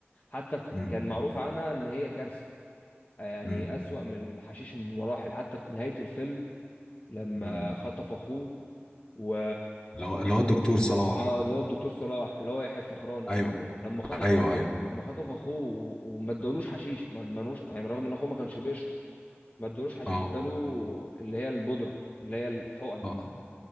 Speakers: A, on the left; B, on the left.
A: حتى ف-
B: مم،
A: كان معروف عنها ان هي كارثه آه، يعني
B: مم،
A: اسوأ من الحشيش بمراحل حتى في نهايه الفيلم لما
B: مم.
A: خطف اخوه و...
B: اللي هو اللي هو الدكتور صلاح
A: اه اللي هو الدكتور صلاح اللي هو يحيى الفخراني
B: ايوه
A: لما خطف
B: ايوه ايوه
A: ما خطف اخوه و- وما ادالوش حشيش ما ادمنوش يعني رغم ان اخوه ما كانش بيشرب ما ادالوش حشيش
B: اه
A: اداله اللي هي البودره اللي هي الحقن
B: اه